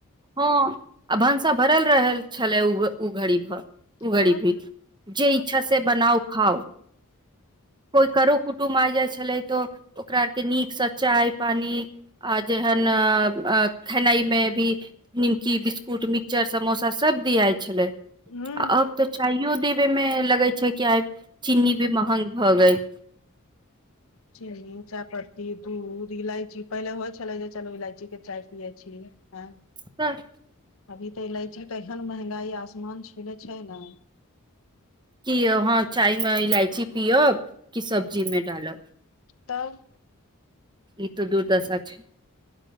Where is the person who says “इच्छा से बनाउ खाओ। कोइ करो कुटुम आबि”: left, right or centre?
Right